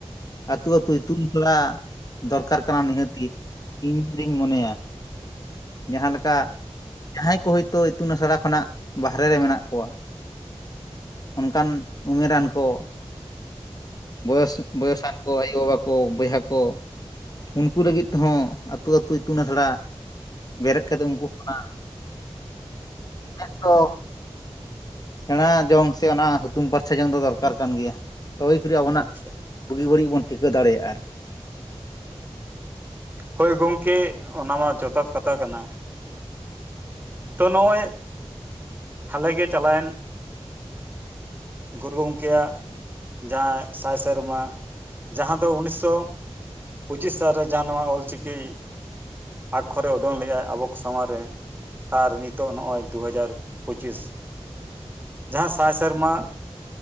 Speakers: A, on the left; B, on the right.
A: ᱟᱹᱛᱩ ᱟᱹᱛᱩ ᱤᱛᱩᱱ ᱟᱥᱲᱟ ᱫᱚᱨᱠᱟᱨ ᱠᱟᱱᱟ ᱱᱤᱦᱟᱹᱛ ᱜᱮ᱾ ᱤᱧ ᱫᱩᱧ ᱢᱚᱱᱮᱭ-ᱟ᱾ ᱡᱟᱦᱟᱸ ᱞᱮᱠᱟ ᱡᱟᱦᱟᱸᱭ ᱠᱚ ᱦᱳᱭᱛᱚ ᱤᱛᱩᱱ ᱟᱥᱲᱟ ᱠᱷᱚᱱᱟᱜ ᱵᱟᱦᱨᱮ ᱨᱮ ᱢᱮᱱᱟᱜ ᱠᱚᱣᱟ ᱚᱱᱠᱟᱱ ᱩᱢᱮᱨᱟᱱ ᱠᱚ ᱵᱚᱭᱚᱥ ᱵᱚᱭᱚᱥᱟᱱ ᱠᱚ ᱟᱭᱳ ᱵᱟᱵᱟ ᱠᱚ ᱵᱚᱭᱦᱟ ᱠᱚ ᱩᱱᱠᱩ ᱞᱟᱹᱜᱤᱫ ᱛᱮᱦᱚᱸ ᱟᱹᱛᱩ ᱟᱹᱛᱩ ᱤᱛᱩᱱ ᱟᱥᱲᱟ ᱵᱮᱨᱮᱫ ᱠᱟᱛᱮ ᱩᱱᱠᱩ ᱠᱷᱚᱱᱟᱜ <unintelligible> ᱫᱚ ᱥᱮᱸᱬᱟ ᱡᱚᱝ ᱥᱮ ᱚᱱᱟ ᱦᱩᱛᱩᱢ ᱯᱟᱨᱪᱷᱟ ᱡᱚᱝ ᱫᱚ ᱫᱚᱨᱠᱟᱨ ᱠᱟᱱ ᱜᱮᱭᱟ᱾ ᱛᱚᱵᱮ ᱠᱷᱤᱨᱤ ᱟᱵᱚᱱᱟᱜ
B: ᱟᱪᱪᱷᱟ
A: ᱵᱩᱜᱤ ᱵᱟᱲᱤᱡ ᱵᱚᱱ ᱴᱷᱤᱠᱟᱹ ᱫᱟᱲᱮᱭᱟᱜ-ᱟ ᱟᱨᱠᱤ᱾
B: ᱦᱳᱭ ᱜᱚᱝᱠᱮ ᱚᱱᱟᱢᱟ ᱡᱚᱛᱷᱟᱛ ᱠᱟᱛᱷᱟ ᱠᱟᱱᱟ᱾ ᱛᱳ ᱱᱚᱜᱚᱭ ᱦᱟᱞᱮᱜᱮ ᱪᱟᱞᱟᱣᱮᱱ ᱜᱩᱨᱩ ᱜᱚᱝᱠᱮᱭᱟᱜ ᱡᱟᱦᱟᱸ ᱥᱟᱭ ᱥᱮᱨᱢᱟ ᱡᱟᱦᱟᱸ ᱫᱚ ᱩᱱᱤᱥᱥᱚ ᱯᱚᱸᱪᱤᱥ ᱥᱟᱞᱨᱮ ᱡᱟᱦᱟᱸ ᱱᱚᱣᱟ ᱚᱞ ᱪᱤᱠᱤ᱾ ᱟᱠᱠᱷᱚᱨᱮ ᱩᱰᱩᱝ ᱞᱮᱜ ᱟᱭ ᱟᱵᱚᱠᱚ ᱥᱟᱢᱟᱝ ᱨᱮ᱾ ᱟᱨ ᱱᱤᱛᱚᱜ ᱱᱚᱜᱼᱚᱭ ᱫᱩ ᱦᱟᱡᱟᱨ ᱯᱩᱪᱤᱥ ᱡᱟᱦᱟᱸ ᱥᱟᱭ ᱥᱮᱨᱢᱟ